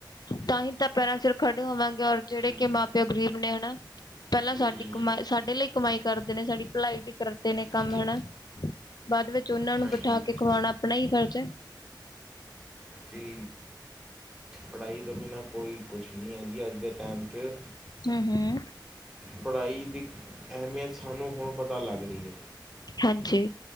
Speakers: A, on the left; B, in the centre.
A: ਤਾਂ ਹੀ ਤਾਂ ਪੈਰਾਂ ਸਿਰ ਖੜੇ ਹੋਵਾਂਗੇ ਔਰ ਜਿਹੜੇ
B: ਜੀ
A: ਕਿ ਮਾਂ ਪਿਓ ਗ਼ਰੀਬ ਨੇ ਹਨਾ ਪਹਿਲਾਂ ਸਾਡੀ
B: ਜੀ ਜੀ
A: ਕਮਾਈ ਸਾਡੇ ਲਈ ਕਮਾਈ ਕਰਦੇ ਨੇ ਸਾਡੀ ਭਲਾਈ ਲਿਏ ਕਰਦੇ ਨੇ
B: ਜੀ
A: ਕੰਮ ਹਨਾ ਬਾਅਦ ਵਿੱਚ ਉਹਨਾਂ ਨੂੰ
B: ਹਾਂਜੀ
A: ਬਿਠਾ ਕੇ ਖਵਾਉਣਾ ਆਪਣਾ ਹੀ ਫਰਜ਼ ਹੈ
B: ਜੀ ਪੜ੍ਹਾਈ ਤੋਂ ਬਿਨਾਂ ਕੋਈ ਕੁਛ ਨਹੀਂ ਹੈ ਜੀ ਅੱਜ ਦੇ ਟਾਈਮ 'ਚ
A: ਹਮ ਹਮ
B: ਪੜ੍ਹਾਈ ਦੀ ਅਹਿਮੀਅਤ ਸਾਨੂੰ ਹੁਣ ਪਤਾ ਲੱਗ ਰਹੀ ਹੈ
A: ਹਾਂਜੀ